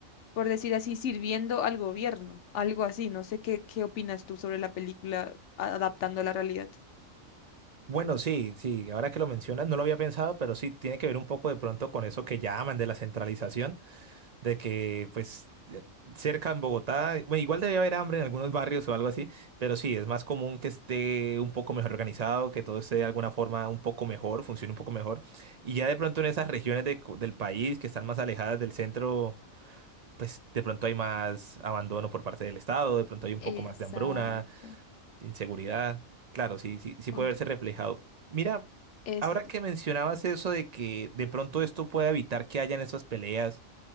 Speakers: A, on the left (about 65°); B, on the right (about 50°).
A: por decir así, sirviendo al gobierno, algo así. No sé qué, qué opinas tú sobre la película a- adaptando a la realidad.
B: Bueno, sí, sí, ahora que lo mencionas, no lo había pensado, pero sí tiene que ver un poco de pronto con eso que llaman de la centralización de que pues eh, cerca en Bogotá, bueno, igual debe haber hambre en algunos barrios o algo así, pero sí, es más común que esté un poco mejor organizado, que todo esté de alguna forma un poco mejor, funcione un poco mejor. Y ya de pronto en esas regiones de co- del país que están más alejadas del centro, pues de pronto hay más abandono por parte del Estado, de pronto hay un
A: Exacto.
B: poco más de hambruna, de inseguridad. Claro, sí, sí, sí
A: compro-
B: puede verse reflejado. Mira,
A: Es,
B: ahora que mencionabas eso de que de pronto esto pueda evitar que hayan esas peleas,